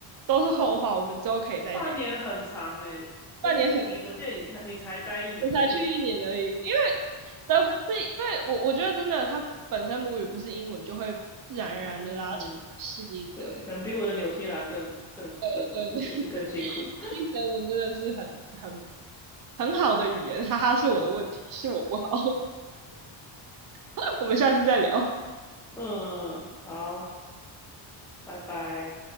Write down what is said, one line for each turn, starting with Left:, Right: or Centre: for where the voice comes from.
Right: 都是后话，我们之后可以再聊。
Centre: 半年很长诶、欸就是你，
Right: 半年很，
Centre: 我记得你才你才待一年而已。
Right: 我才去一年而已，因为德国是因为我我觉得真的，它本身母语不是英文，就会自然而然的拉长适应的。
Centre: 嗯，<laughs> 对，可能比我的纽西兰更更更就是更辛苦。
Right: 对对对对，毕竟德文真的是很很很好的语言，哈哈，是我的问题，是我不好。<laughs> 我们下次再聊。
Centre: 嗯，好，拜拜。